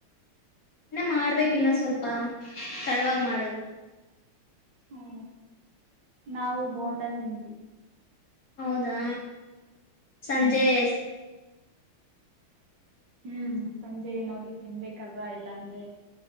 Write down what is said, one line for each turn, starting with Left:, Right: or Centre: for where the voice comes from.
Left: ಇನ್ನ ಮಾಡ್ಬೇಕ ಇನ್ನ
Right: ನೀವ್
Left: ಸ್ವಲ್ಪ. ತಡ್ವಾಗಿ ಮಾಡೋದು.
Right: ಹ್ಮ ನಾವು ಬೋಂಡ ತಿಂದ್ವಿ.
Left: ಹೌದಾ. ಸಂಜೇಶ್.
Right: ಹ್ಮ್ ಹ್ಮ್ ಸಂಜೆ ಏನಾದ್ರು ತಿನ್ಬೇಕ್ ಕಲ್ವಾ ಇಲ್ಲಾ ಅಂದ್ರೆ.